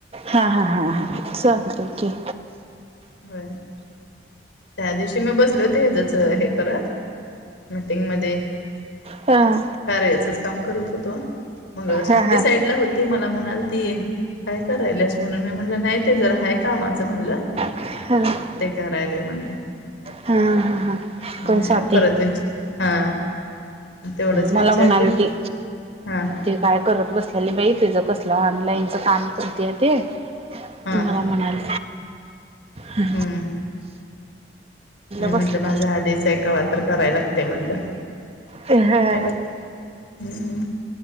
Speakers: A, on the right; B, on the left.
A: हा हा हा हा चालत क
B: होय त्या दिवशी मी बसल जच हे करत मीटिंग मध्ये
A: हां
B: कार्यचच काम करत होतो मग
A: हा
B: ती साईडला होती मला म्हणाल ती काय करायलास म्हणून मी म्हणलं नाही ते जरा हाय कामाचं म्हणलं
A: ह
B: ते करालोय म्हणल
A: हा हा कोण
B: नाही
A: स्वाती
B: परत विच - हा तेवढंच विचारले
A: मला म्हणाल ती
B: हा
A: ते काय करत बसल्याली बाई तीच कसलं ऑनलाईनच काम करतेय ते
B: हा
A: मला म्हणाल ह
B: हम्म मी म्हणलं
A: बसले
B: माझ्या आधीच हे कवा - तरी करायला लागते म्हणलं
A: अ
B: हम्म